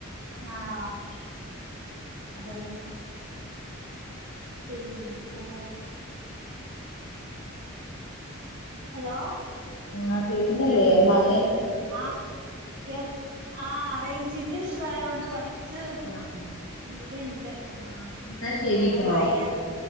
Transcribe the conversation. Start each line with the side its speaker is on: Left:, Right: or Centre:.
Right: ആഹ് അതെന്നെ പിന്നെ ഹലോ
Left: ആഹ് കേക്കുന്നില്ലെ
Right: കേൾക്ക്
Left: മഴെ
Right: ആഹ് കേക്ക് ആഹ് റെയ്ഞ്ചിന്റെ ഇഷ്യുവായോണ്ട് കൊറ്ച്ച്
Left: ആഹ്
Right: ചൂട്ണ്ട്
Left: ആഹ് എന്നാ ശരിട്ടോ
Right: നല്ല മഴാണ്